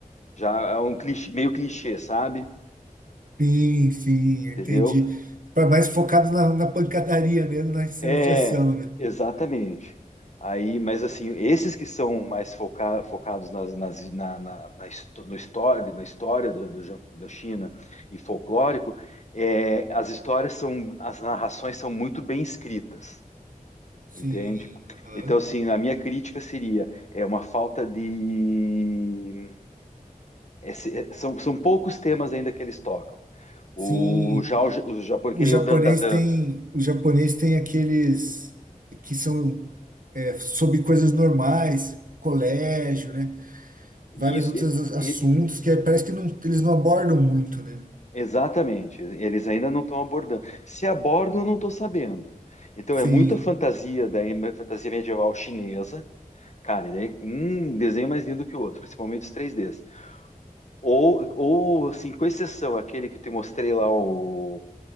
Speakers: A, on the left; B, on the right.
A: Já é um clichê, meio clichê, sabe?
B: Sim, sim, entendi.
A: Entendeu?
B: Para mais focado na, na pancadaria mesmo, nas cenas
A: É,
B: de ação, né?
A: exatamente. Aí, mas assim, esses que são mais foca- focados nas, nas- na, na, na, histó- no história, na história do, do, Ja- da China e folclórico, é, as histórias são, as narrações são muito bem escritas.
B: Sim,
A: Entende?
B: aham.
A: Então, assim, a minha crítica seria é uma falta de. é, é, são, são poucos temas ainda que eles tocam. O,
B: Sim,
A: já, o, ja, o Japão,
B: o
A: que nem
B: japonês
A: o Dandadan.
B: tem, o japonês tem aqueles que são é, sobre coisas normais, colégio, né?
A: Isso,
B: Vários outros
A: e-
B: assuntos
A: e-
B: que é- parece que não, eles não abordam muito, né?
A: exatamente. Eles ainda não estão abordando. Se abordam, eu não estou sabendo. Então,
B: Sim.
A: é muita fantasia, daí, é fantasia medieval chinesa. Cara, e daí, um desenho mais lindo que o outro, principalmente os três ds Ou, ou assim, com exceção, aquele que eu te mostrei lá, o